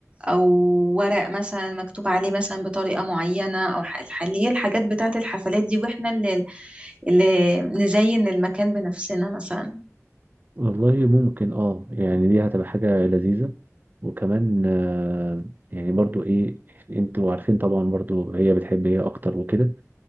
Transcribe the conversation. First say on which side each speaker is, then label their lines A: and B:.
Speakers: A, on the right; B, on the right.
A: أو ورق مثلا مكتوب عليه مثلا بطريقة معينة أو ح- الح- اللي هي الحاجات بتاعة الحفلات دي وإحنا اللي, اللي نزين المكان بنفسنا مثلا
B: <clears throat> والله ممكن اه يعني دي هتبقى حاجة لذيذة وكمان آه، يعني برضو ايه انتوا عارفين طبعا برضو هي بتحب هي اكتر وكده